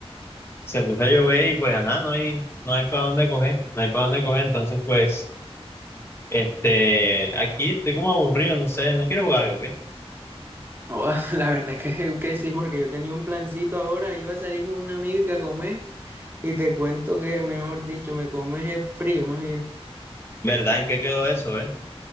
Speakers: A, on the left; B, on the right.
A: Se puso a llover y pues, ajá, no hay, no hay para dónde coger, no hay para dónde coger. Entonces, pues, este, aquí estoy como aburrido, no sé, no quiero jugar algo, ¿qué?
B: Oh, <laughs> la verdad es que, que sí, porque yo tenía un plancito ahora, iba a salir con un amigo y que a comer, y te cuento que, mejor dicho, me comes el frío, más bien.
A: ¿Verdad? ¿En qué quedó eso, eh?